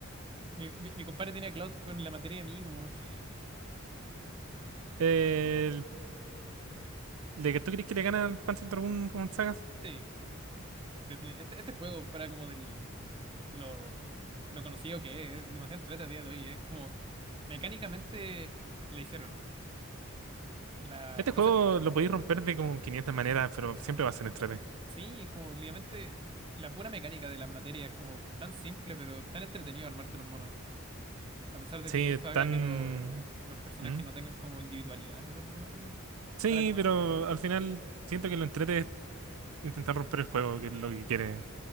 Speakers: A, on the right; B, on the right.
A: Mi, mi, mi compadre tiene a Cloud con la materia de mimos. <laughs>
B: El, ¿de que tú crees que le gana al Panzer Dragoon con sagas?
A: Sí, defini- Este, este juego fuera como del lo, lo conocido que es, es demasiado entrete a día de hoy, es como mecánicamente la hicieron. La
B: Este juego
A: cosa,
B: lo podéis romper de como 500 maneras, pero siempre va a ser entrete.
A: sí, es como literalmente la pura mecánica de las materias, es como tan simple pero tan entretenido armarte los monos. A pesar de
B: Sí,
A: que eso
B: es
A: haga
B: tan...
A: que lo- los personajes
B: ¿Mm?
A: no tengan como individualidad de alguna forma.
B: Sí,
A: Fuera como,
B: pero al final siento que lo entrete es intentar romper el juego, que es lo que quiere